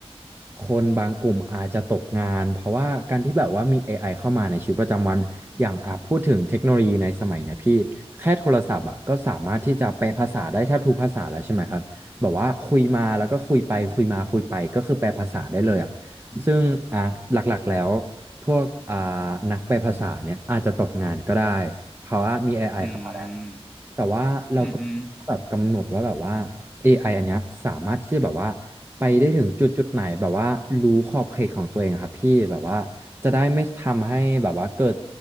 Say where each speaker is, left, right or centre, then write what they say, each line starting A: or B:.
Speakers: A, on the right (about 20°); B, in the centre.
A: คนบางกลุ่มอาจจะตกงานเพราะว่าการที่แบบว่ามี AI เข้ามาในชีวิตประจำวันอย่างอ่ะพูดถึงเทคโนโลยีในสมัยเนี่ยพี่แค่โทรศัพท์อ่ะก็สามารถที่จะแปลภาษาได้แทบทุกภาษาแล้วใช่ไหมครับแบบว่าคุยมาแล้วก็คุยไปคุยมาคุยไปก็คือแปลภาษาได้เลยอ่ะ ซึ่งอ่ะหลักๆแล้วพวกอ่านักแปลภาษาเนี่ยอาจจะตกงานก็ได้เพราะว่ามี AI
B: อืม
A: เข้ามาแล้วแต่ว่าเราก็
B: อือหือ
A: แบบกำหนดว่าแบบว่า AI อไออันเนี้ยสามารถที่จะแบบว่าไปได้ถึงจุดจุดไหนแบบว่ารู้ขอบเขตของตัวเองอะครับพี่แบบว่าจะได้ไม่ทำให้แบบว่าเกิด